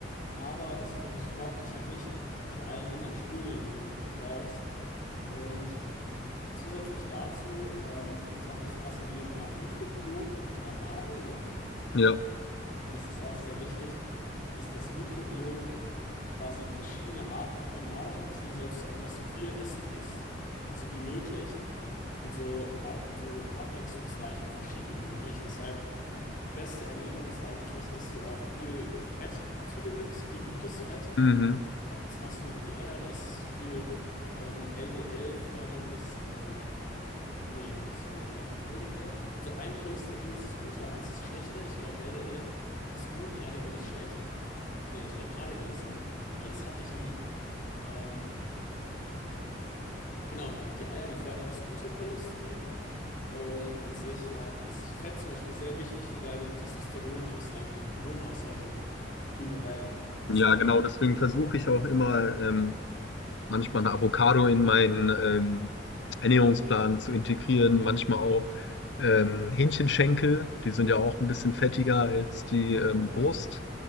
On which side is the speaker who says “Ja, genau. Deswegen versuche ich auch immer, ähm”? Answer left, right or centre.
Left